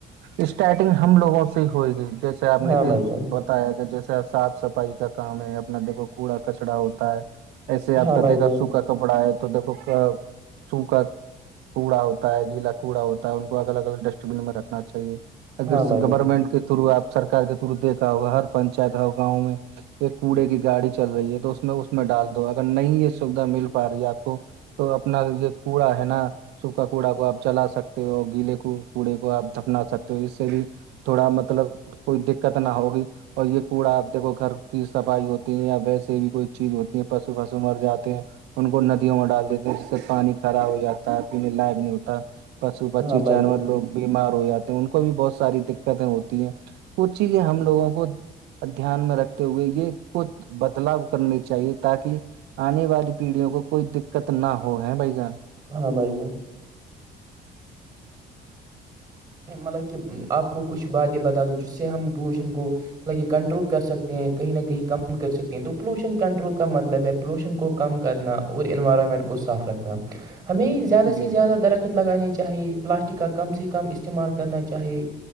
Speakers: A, on the right; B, on the right.
A: اسٹارٹنگ ہم لوگوں سے ہوئے گی آپ نے
B: ہاں
A: دیک
B: بھائی جان
A: ب ہوتا ہے کہ جیسے صاف صفائی کا کام ہے اپنا دیکو کوڑا کچڑا ہوتا ہے ایسے آپ
B: ہاں
A: کا
B: بھائی
A: دیکھا
B: جان
A: سوکھا کپڑا ہے تو دیکھو سوکھا کوڑا ہوتا ہے گیلا کوڑا ہوتا ہے ان کو الگ الگ ڈسٹ بین میں رکھنا چاہیے اگر
B: ہاں بھائی جان
A: گورنمنٹ کے تھرو آپ سرار کے تھرو دیکا ہوگا ہر پنچایت ہو گاؤں میں ایک کوڑے کی گاڑی چل رہی ہے تو اس میں اس میں ڈال دو اگر نہیں یہ سویدھا مل پا رہی ہے آپ کو تو اپنا یہ کوڑا ہے نا س کا کوڑا کو آپ جلا سکتے ہو اور گیلے کو کوڑے کو آپ دفنا سکتے ہو اس سے بھی تھوڑا مطلب کوئی دقت نہ ہوگی اور یہ کوڑا آپ دیکھو گھر کی صفائی ہوتی ہے یا ویسے بھی کوئی چیز ہوتی ہے پسو پسو مر جاتے ہیں ان کو ندیوں میں ڈال دیتے ہیں جس سے پانی خراب ہو جاتا ہے پینے لائق نہیں ہوتا پشو پچی
B: ہاں بھائی
A: جانور
B: جان
A: لوگ بیمار ہو جاتے ہیں ان کو بھی بہت ساری دقتیں ہوتی ہیں کچھ چیزیں ہم لوگوں کو دھیان میں رکھتے ہوئے یہ کچھ بدلاؤ کرنی چاہیے تاکہ آنے والی پیڑھیوں کو کوئی دقت نہ ہو ہے بھائی جان
B: ہاں بھائی جان مطلب کہ آپ کو کچھ باتیں بتا دووں جس سے ہم پولوشن کو یہ کنٹرول کر سکتے ہیں کہیں نہ کہیں کم کر سکتے ہیں تو پولوشن کنٹرول کا مطلب ہے پولوشن کو کم کرنا اور انوائرمنٹ کو صاف رکھنا ہمیں زیادہ س
A: جی
B: سے زیادہ
A: جی
B: درخت لگانے چاہے پلاسٹک کا کم س سے کم استعمال کرنا چاہیے